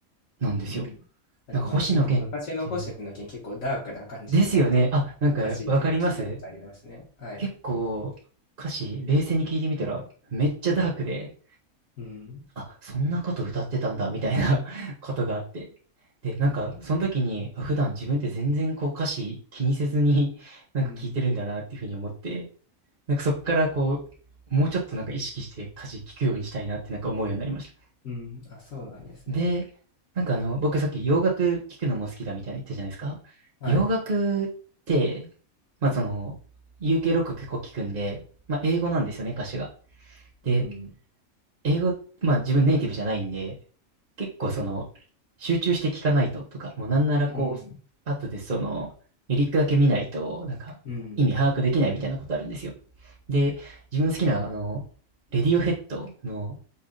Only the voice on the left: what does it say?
うん。あ、
でもなんか結構昔の星野源結構ダークな感じみたいな
歌詞っていうのは聞いたことありますね。はい。
うん。
うん。
うん。あ、そうなんですね。
はい。
うん。
うん。
うん。